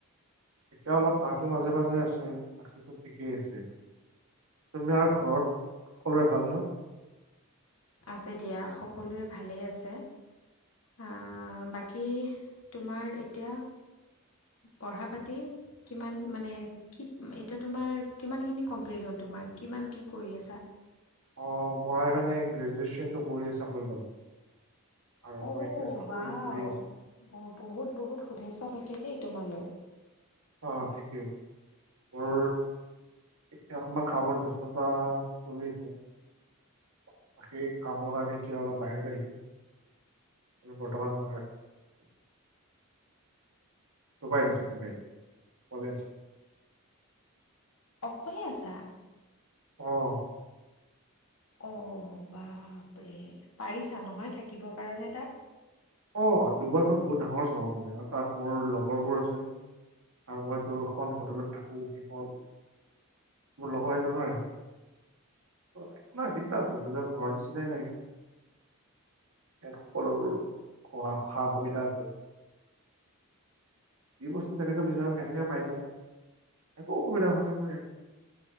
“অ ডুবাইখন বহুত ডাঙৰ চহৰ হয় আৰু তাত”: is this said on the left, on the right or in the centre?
Right